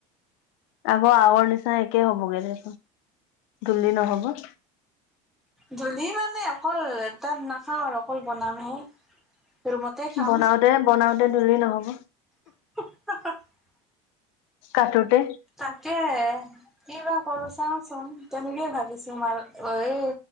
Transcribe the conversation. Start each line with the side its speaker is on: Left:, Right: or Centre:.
Left: আকৌ আগৰ নিচিনা একেই হবগৈ দে ধূলি নহব।
Centre: ধূলি মানে অকল তাত নাখাওঁ আৰু অকল বনামহে? ৰুমতে খাম
Left: বনাওতে বনাওতে ধূলি নহ'ব?
Centre: <unintelligible>
Left: কাটোতে?
Centre: তাকে কি বা কৰো চাওচোন তেনেকৈ ভাবিছো মাল এই।